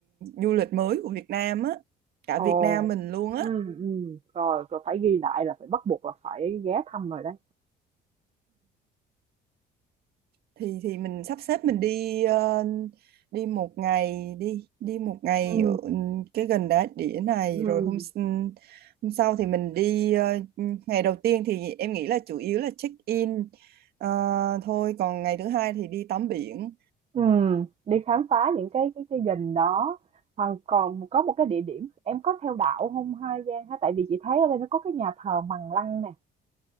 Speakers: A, on the right (about 70°); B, on the right (about 40°).
A: du lịch mới của Việt Nam á cả
B: ồ,
A: Việt Nam mình luôn
B: ừ
A: á
B: ừ Rồi, rồi phải ghi lại là phải bắt buộc là phải ghé thăm rồi đấy.
A: thì thì mình sắp xếp mình đi ờ, đi một ngày đi đi một ngày
B: ừ
A: ở ừ, cái gần đá đĩa này
B: ừ
A: rồi hôm s- hôm sau thì mình đi ờ, ngày đầu tiên thì em nghĩ là chủ yếu là check in ờ, thôi còn ngày thứ hai thì đi tắm biển
B: Ừ, đi khám phá những cái cái cái gành đó còn còn có một cái địa điểm em có theo đạo không ha Giang ha tại vì chị thấy ở đây nó có cái nhà thờ Bằng Lăng nè